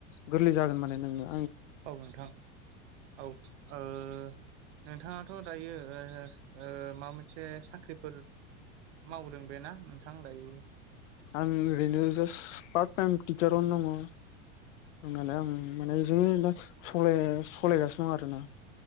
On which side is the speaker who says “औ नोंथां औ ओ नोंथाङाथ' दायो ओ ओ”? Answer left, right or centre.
Right